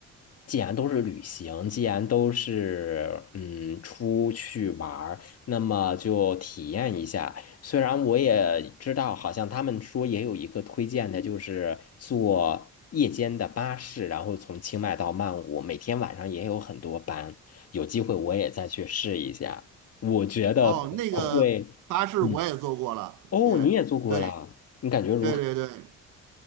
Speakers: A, on the left; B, on the right.
A: 既然都是旅行，既然都是嗯出去玩儿，那么就体验一下。虽然我也知道，好像他们说也有一个推荐的，就是坐夜间的巴士，然后从清迈到曼谷，每天晚上也有很多班，有机会我也再去试一下。我觉得可能会，
B: 哦，那个巴士我也坐过了，
A: 嗯，哦，
B: 也
A: 你也做过啦，
B: 对
A: 你感觉如何？
B: 对对对，